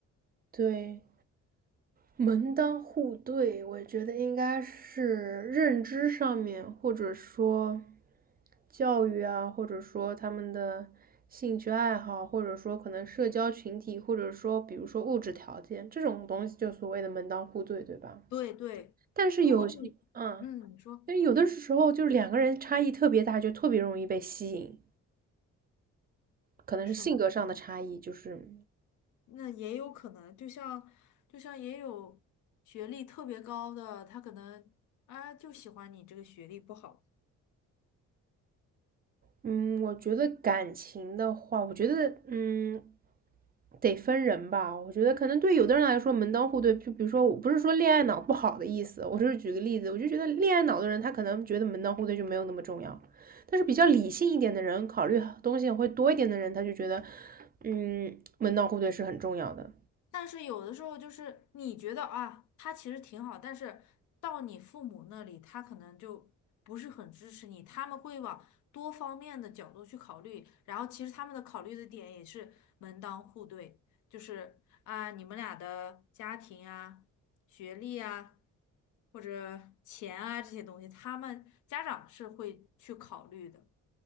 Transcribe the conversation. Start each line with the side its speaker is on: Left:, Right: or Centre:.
Right: 对，门当户对，我觉得应该是认知上面，或者说教育啊，或者说他们的兴趣爱好，或者说可能社交群体，或者说比如说物质条件这种东西，就所谓的门当户对，对吧？
Left: 对对，
Right: 但是有些，
Left: 如果你，
Right: 嗯，
Left: 嗯，你说
Right: 但是有的时候就是两个人差异特别大，就特别容易被吸引，可能是性格上的差异，
Left: 是吗？
Right: 就是，
Left: 那也有可能，就像就像也有学历特别高的，他可能啊就喜欢你这个学历不好。
Right: 嗯，我觉得感情的话，我觉得，嗯，得分人吧，我觉得可能对有的人来说门当户对，就比如说我不是说恋爱脑不好的意思，我就是举个例子，我就觉得恋爱脑的人他可能觉得门当户对就没有那么重要，但是比较理性一点的人，考虑东西会多一点的人，他就觉得，嗯，门当户对是很重要的。
Left: 但是有的时候就是你觉得啊，他其实挺好，但是到你父母那里，他可能就不是很支持你，他们会往多方面的角度去考虑，然后其实他们的考虑的点也是门当户对，就是啊，你们俩的家庭啊、学历啊，或者钱啊这些东西，他们家长是会去考虑的。